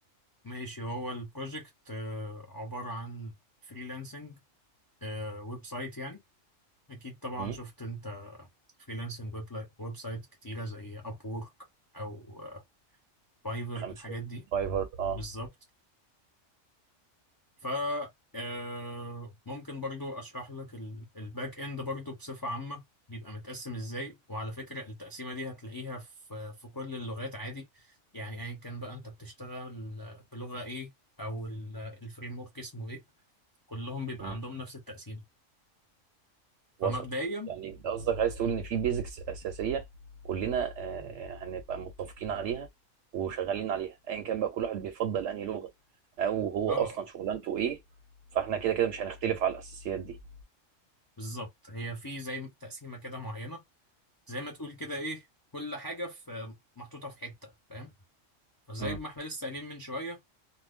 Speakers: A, on the left; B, on the right.
A: ماشي هو البروجكت آه، عبارة عن فريلانسنج ويب سايت يعني أكيد طبعا
B: امم
A: شفت أنت فريلانسنج ويب ويب سايت كتيرة زي أب وورك أو فايفر
B: خمسه
A: الحاجات دي
B: فايفر اه
A: بالظبط ف آه، ممكن برضو اشرح لك ال- الباك اند برضو بصفة عامة بيبقى متقسم ازاي وعلى فكرة التقسيمة دي هتلاقيها في في كل اللغات عادي يعني ايا كان بقى انت بتشتغل بلغة ايه او ال- الفريم ورك اسمه ايه كلهم بيبقى
B: امم
A: عندهم نفس التقسيمة
B: وصلت
A: فمبدئيا
B: يعني انت قصدك عايز تقول ان في بيزكس اساسيه كلنا آه هنبقى متفقين عليها وشغالين عليها ايا كان بقى كل واحد بيفضل انهي لغه او هو
A: اه
B: اصلا شغلانته ايه فاحنا كده كده مش هنختلف على الاساسيات دي
A: بالظبط هي في زي تقسيمة كده معينة زي ما تقول كده ايه كل حاجة في محطوطة في حتة فاهم فزي
B: امم
A: ما احنا لسه قايلين من شوية